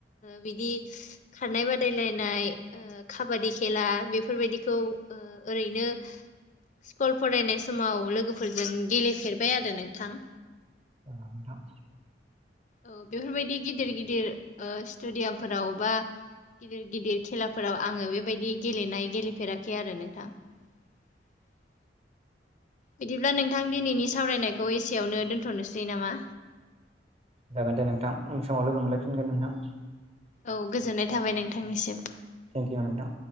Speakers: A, on the left; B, on the right.
A: बिदि खारनाय बादायलायनाय खाबादि खेला बेफोरबायदिखौ ओ ओरैनो स्कुल फरायनाय समाव लोगोफोरजों गेलेफेरबाय आरो नोंथां।
B: अ नोंथां।
A: औ बेफोरबायदि गिदिर गिदिर ओ स्टुडियामफोराव बा गिदिर गिदिर खेलाफोराव आङो बेबायदि गेलेनाय गेलेफेराखै आरो नोंथां। <inaudible> बिदिब्ला नोंथां दिनैनि सावरायनायखौ एसेयावनो दोन्थ'नोसै नामा।
B: जागोन दे नोंथां उन समाव लोगो मोनलाय फिनगोन नोंथां।
A: औ गोजोननाय थाबाय नोंथांनिसिम।
B: थेंक इउ नोंथां।